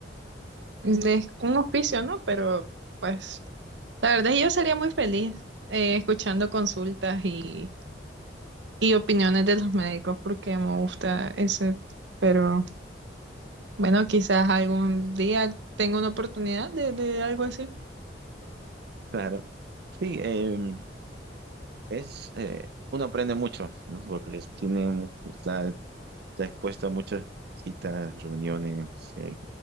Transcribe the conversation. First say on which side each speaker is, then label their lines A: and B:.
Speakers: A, on the right; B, on the right.
A: de
B: Sí,
A: un oficio, ¿no? Pero pues la verdad yo sería muy feliz eh, escuchando consultas y, y opiniones de los médicos porque me gusta ese, pero bueno, quizás algún día tenga una oportunidad de, de algo así.
B: claro. Sí, eh, es, eh, uno aprende mucho, ¿no? Porque es- tiene, está, está expuesto a muchas citas, reuniones, eh,